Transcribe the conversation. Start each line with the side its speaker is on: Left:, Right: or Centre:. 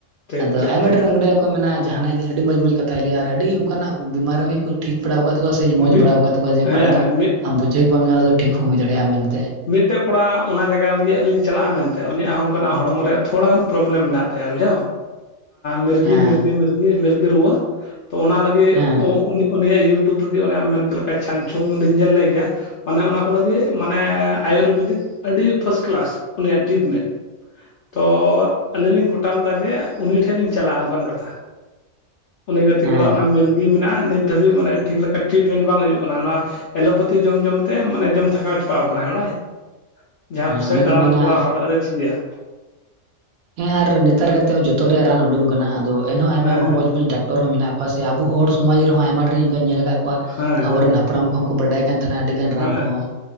Left: ᱴᱷᱤᱠ
Right: ᱟᱫᱚ
Left: ᱴᱷᱤᱠ
Right: ᱟᱭᱢᱟ
Left: ᱴᱷᱤᱠ
Right: ᱰᱷᱮᱨ ᱚᱰᱮ ᱟᱨ ᱠᱚ ᱢᱮᱱᱟ ᱡᱟᱦᱟᱱᱟᱜ ᱜᱮ ᱟᱹᱰᱤ ᱢᱚᱡᱽ ᱢᱚᱡᱽ ᱠᱟᱛᱷᱟᱭ ᱞᱟᱹᱭᱟ ᱟᱨ ᱟᱹᱰᱤ ᱚᱱᱠᱟᱱᱟᱜ ᱵᱤᱢᱟᱨ ᱦᱚᱸᱭ ᱴᱷᱤᱠ ᱯᱟᱲᱟᱣ ᱟᱠᱟᱫ ᱠᱚᱣᱟ ᱥᱮ ᱠᱟᱹ
Left: ᱢᱤᱫ
Right: ᱢᱚᱡᱽ ᱵᱟᱲᱟᱣ ᱟᱠᱟᱫ ᱛᱟᱠᱚᱣᱟ
Left: ᱦᱮᱸ
Right: ᱚᱠᱟᱴᱟᱜ ᱫᱚ
Left: ᱢᱤᱫ
Right: ᱟᱢ ᱵᱩᱡᱷᱟᱹᱣ ᱜᱮ ᱵᱟᱢ ᱧᱟᱢᱟ ᱡᱮ ᱚᱱᱟ ᱫᱚ ᱴᱷᱤᱠ ᱦᱚᱸ ᱦᱩᱭ ᱫᱟᱲᱮᱭᱟᱜᱼᱟ ᱢᱮᱱᱛᱮ᱾
Left: ᱢᱤᱫᱴᱟᱹᱝ ᱠᱚᱲᱟ ᱚᱱᱟ ᱡᱟᱭᱜᱟ ᱨᱮᱜᱮ ᱟᱹᱞᱤᱧ ᱪᱟᱞᱟᱜᱼᱟ ᱢᱮᱱᱛᱮ ᱩᱱᱤᱭᱟᱜ ᱦᱚᱸ ᱚᱱᱠᱟᱱᱟᱜ ᱦᱚᱲᱢᱚ ᱨᱮᱭᱟᱜ ᱛᱷᱚᱲᱟ ᱜᱟᱱ ᱯᱨᱚᱜᱞᱮᱢ ᱢᱮᱱᱟᱜ ᱛᱟᱭᱟ ᱵᱩᱡᱷᱟᱹᱣ᱾ ᱢᱤᱨᱜᱤ
Right: ᱦᱮᱸ
Left: ᱢᱤᱨᱜᱤ ᱢᱤᱨᱜᱤ ᱢᱤᱨᱜᱤ ᱨᱩᱣᱟᱹ ᱛᱚ ᱚᱱᱟ ᱞᱟᱹᱜᱤᱫ
Right: ᱦᱮᱸ
Left: ᱩᱱᱤ ᱩᱱᱤ ᱩᱱᱤᱭᱟᱜ ᱤᱭᱴ ᱴᱩᱵ ᱨᱮᱜᱮ ᱚᱱᱮ ᱟᱢᱮᱢ ᱢᱮᱱ ᱠᱮᱫ ᱞᱮᱠᱟ ᱪᱷᱟᱝ ᱪᱷᱚᱝ ᱞᱤᱧ ᱧᱮᱞ ᱞᱮᱫ ᱜᱮᱭᱟ᱾ ᱚᱱᱮ ᱚᱱᱟ ᱠᱷᱚᱱᱟᱜ ᱜᱮ ᱢᱟᱱᱮ ᱟᱭᱩᱨᱵᱮᱫᱤᱠ ᱟᱹᱰᱤ ᱯᱷᱟᱥᱴ ᱠᱮᱞᱟᱥ ᱩᱱᱤᱭᱟᱜ ᱴᱨᱤᱴᱢᱮᱱᱴ᱾ ᱛᱚ ᱟᱹᱞᱤᱧ ᱞᱤᱧ ᱜᱚᱴᱟ ᱞᱮᱫᱟ ᱡᱮ ᱩᱱᱤ ᱴᱷᱮᱱ ᱞᱤᱧ ᱪᱟᱞᱟᱜᱼᱟ ᱚᱱᱠᱟᱱ ᱠᱟᱛᱷᱟ᱾ ᱩᱱᱤ ᱜᱟᱛᱮ
Right: ᱦᱮᱸ
Left: ᱠᱚᱲᱟ ᱚᱱᱟ ᱢᱤᱨᱜᱤ ᱢᱮᱱᱟᱜᱼᱟ ᱱᱤᱛ ᱫᱷᱟᱹᱵᱤᱡ ᱢᱟᱱᱮ ᱴᱷᱤᱠ ᱞᱮᱠᱟ ᱴᱨᱤᱴᱢᱮᱱᱴ ᱵᱟᱝ ᱦᱩᱭᱩᱜ ᱠᱟᱱᱟ᱾ ᱱᱚᱣᱟ ᱮᱞᱳᱯᱮᱛᱷᱤ ᱡᱚᱢ ᱡᱚᱢ ᱛᱮ ᱢᱟᱱᱮ ᱡᱚᱢ ᱛᱷᱟᱠᱟᱣ ᱪᱟᱯᱟᱣ ᱟᱠᱟᱱᱟᱭ ᱵᱟᱲᱟᱭ ᱡᱟᱦᱟᱸ ᱠᱚᱥᱮᱫ
Right: ᱚᱱᱮ
Left: ᱫᱟᱬᱟᱱ
Right: ᱠᱚ ᱢᱮᱱᱟ
Left: ᱠᱚᱲᱟ ᱦᱚᱲᱟᱜ ᱨᱤᱹᱥᱠ ᱜᱮᱭᱟ᱾
Right: ᱦᱮᱸ ᱟᱨ ᱱᱮᱛᱟᱨ ᱠᱟᱛᱮᱫ ᱡᱚᱛᱚ ᱨᱮᱭᱟᱜ ᱨᱟᱱ ᱩᱰᱩᱠ ᱟᱠᱟᱱᱟ ᱟᱫᱚ ᱮᱱᱦᱚᱸ ᱟᱭᱢᱟ
Left: ᱦᱮᱸ
Right: ᱟᱭᱢᱟ ᱢᱚᱸᱡᱽ ᱢᱚᱸᱡᱽ ᱰᱟᱠᱛᱟᱨ ᱢᱮᱱᱟᱜ ᱠᱚᱣᱟ ᱥᱮ ᱟᱵᱚ ᱦᱚᱲ ᱥᱚᱢᱟ ᱨᱮᱦᱚᱸ ᱟᱭᱢᱟ ᱰᱷᱮᱨ ᱚᱱᱠᱟᱧ ᱧᱮᱞ ᱟᱠᱟᱫ ᱠᱚᱶᱟ
Left: ᱦᱮᱸ
Right: ᱟᱵᱚ
Left: ᱦᱮᱸ
Right: ᱨᱮᱱ ᱦᱟᱯᱲᱟ ᱦᱟᱯᱲᱟᱢ ᱠᱚᱦᱚᱸ ᱠᱚ ᱵᱟᱰᱟᱭ ᱠᱟᱱ ᱛᱟᱦᱮᱱᱟ ᱟᱹᱰᱤ ᱜᱟᱱ ᱨᱟᱱ
Left: ᱦᱮᱸ ᱦᱮᱸ
Right: ᱠᱚᱦᱚᱸ,